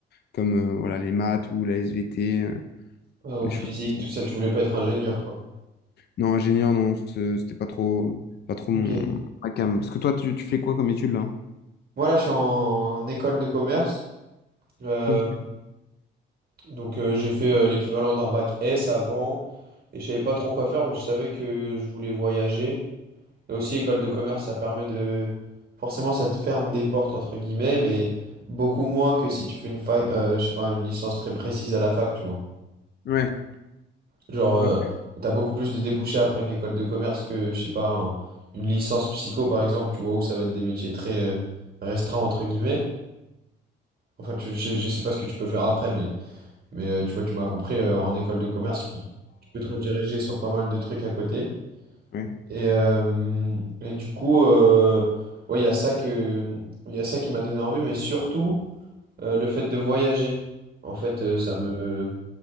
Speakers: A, on the left; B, on the right.
A: comme euh, voilà, les maths ou la SVT, euh,
B: Euh, au
A: des
B: physique,
A: choses comme
B: tout
A: ça.
B: ça, tu voulais pas être ingénieur, quoi.
A: Non, ingénieur, non, ce- c'était pas trop, pas trop
B: Ok.
A: mon... ma came. Parce que toi, tu, tu fais quoi comme étude là?
B: Moi, là, je suis en, école de commerce. Euh,
A: Ok.
B: donc, euh, j'ai fait euh, l'équivalent d'un bac S avant. Et je savais pas trop quoi faire, mais je savais que je voulais voyager. Et aussi, école de commerce, ça permet de... Forcément, ça te ferme des portes, entre guillemets, mais beaucoup moins que si tu fais une fac, euh, je sais pas, une licence très précise à la fac, tu vois.
A: Ouais.
B: Genre, euh,
A: Ok.
B: t'as beaucoup plus de débouchés après une école de commerce que, je sais pas, un- une licence psycho, par exemple, tu vois, où ça va être des métiers très euh, restreints, entre guillemets. Enfin, tu- je, je sais pas ce que tu peux faire après, mais, mais euh, tu vois, tu m'as compris, euh, en école de commerce, tu peux, te- tu peux te rediriger sur pas mal de trucs à côté.
A: Ouais.
B: Et, euh, et du coup, euh, ouais, il y a ça que, il y a ça qui m'a donné envie, mais surtout, euh, le fait de voyager. En fait, euh, ça me...